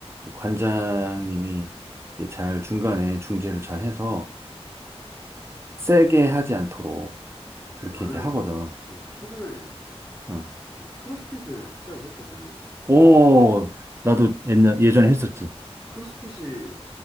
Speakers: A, on the right; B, in the centre.
A: 관장님이 이제 잘 중간에 중재를 잘 해서 세게 하지 않도록 그렇게
B: 나는
A: 이제 하거든.
B: 그 최근에
A: 어.
B: 그 크로스핏을 시작을 했거든.
A: 오, 나도
B: 그
A: 옛날, 예전에 했었지.
B: 크로스핏이